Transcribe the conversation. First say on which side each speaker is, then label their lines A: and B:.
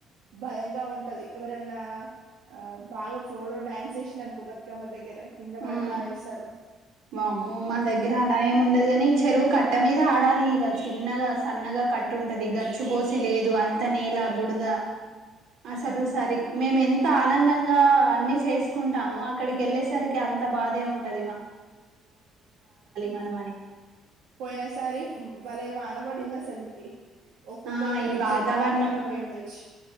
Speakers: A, on the right; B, on the right.
A: భయంగా ఉంటది. ఎవరన్నా ఆ బాగా ఫ్లోలో డ్యాన్స్ చేసిల్లు అనుకో బతికమ్మ దగ్గర కింద పడేలా
B: ఉమ్
A: ఎస్తారు
B: వామ్మో మా దగ్గర అలా ఏమి ఉండదు. కాని చెరువు కా కట్ట మీద ఆడాలి. ఇక చిన్నగా సన్నగా కట్ట ఉంటది గచ్చిపోసి లేదు అంత నేల బుడ దా అసలు సరి మేము ఎంత ఆనందంగా అన్ని చేసుకుంటామో అక్కడికి వెళ్ళేసరికి అంత బాధే ఉంటంది మనం అని
A: పోయినసారి ఉం బలేవాన పడింది అసలికి ఒక్కొక్కరి
B: ఆ
A: పట్టు
B: ఈ వాతావరణం
A: చీరలన్నీ ఖరాబ్ అయి ఉండొచ్చు